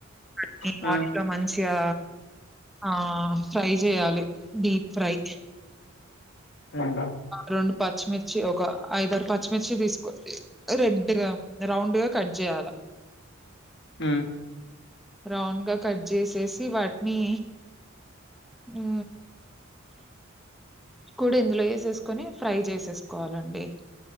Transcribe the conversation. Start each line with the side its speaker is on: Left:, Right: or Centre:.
Centre: <unintelligible>
Left: హ్మ్
Centre: ఇంకా మంచిగా ఆ ఫ్రై చేయాలి డీప్ ఫ్రై
Left: హ్మ్
Centre: రెండు పచ్చిమిర్చి ఒక ఐదరు పచ్చిమిర్చి తీసుకు రెడ్డుగా రౌండ్ గా కట్ చేయాలా
Left: ఉ
Centre: రౌండ్ గా కట్ చేసేసి వాటిని ఉ కూడా ఇందులో వేసేసుకొని ఫ్రై చేసేసుకోవాలండి